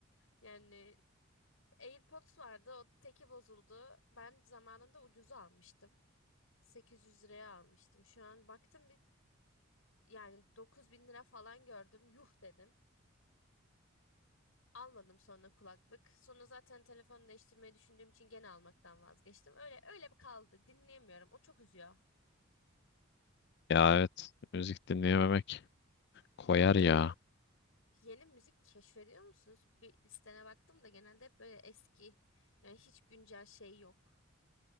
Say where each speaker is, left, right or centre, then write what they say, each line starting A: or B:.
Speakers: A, on the left (about 80°); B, on the left (about 55°).
A: Yani AirPods vardı, o teki bozuldu. Ben zamanında ucuza almıştım. 800 liraya almıştım. Şu an baktım bir yani 9000 lira falan gördüm. Yuh dedim. Almadım sonra kulaklık. Sonra zaten telefonu değiştirmeyi düşündüğüm için gene almaktan vazgeçtim. Öyle öyle bir kaldı. Dinleyemiyorum. O çok üzüyor.
B: Ya evet müzik dinleyememek koyar
A: Peki
B: ya.
A: yeni müzik keşfediyor musunuz? Bir listene baktım da genelde hep böyle eski. Yani hiç güncel şey yok.